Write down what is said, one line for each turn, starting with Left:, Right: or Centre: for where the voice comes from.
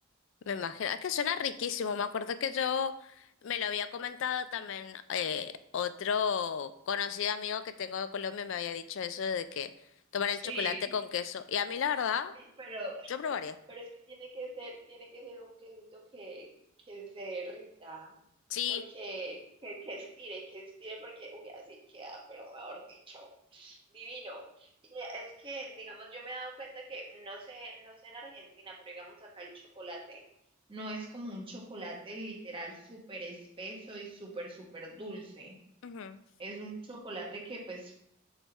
Left: me imagino. Es que suena riquísimo. Me acuerdo que yo me lo había comentado también eh, otro conocido amigo que tengo de Colombia me había dicho eso de que tomar el
Right: Sí,
Left: chocolate con queso. Y a mí la verdad,
Right: sí, pero,
Left: yo probaría.
Right: pero es que tiene que ser, tiene que ser un quesito que, que se derrita,
Left: Sí.
Right: porque que, que estire, que estire, porque uy, así queda, pero mejor dicho, divino. Y es que, digamos, yo me he dado cuenta que, no sé, no sé en Argentina, pero digamos acá el chocolate no es como un chocolate literal súper espeso y súper, súper dulce.
Left: Ujú.
Right: Es un chocolate que pues